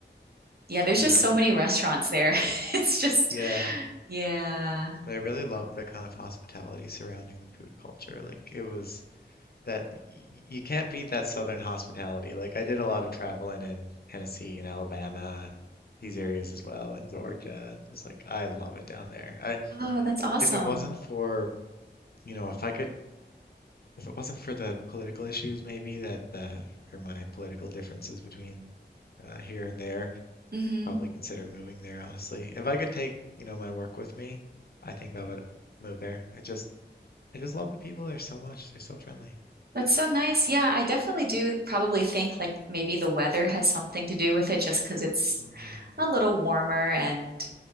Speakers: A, on the right; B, on the left.
A: Yeah, there's
B: Yeah.
A: just so many restaurants there. <laughs> It's just,
B: Yeah.
A: yeah.
B: But I really loved the kind of hospitality surrounding the food culture. Like it was that y- you can't beat that southern hospitality. Like I did a lot of traveling in Tennessee and Alabama and these areas as well, and Georgia. and It's like I love it down there. I
A: Oh, that's awesome.
B: if it wasn't for, you know, if I could, if it wasn't for the political issues maybe that uh, or my political differences between uh, here and there,
A: hmm
B: probably consider moving there, honestly. If I could take, you know, my work with me, I think I would move there. I just I just love the people there so much. They're so friendly.
A: That's so nice. Yeah, I definitely do probably think like maybe the weather has something to do with it just because it's
B: hmm
A: a little warmer and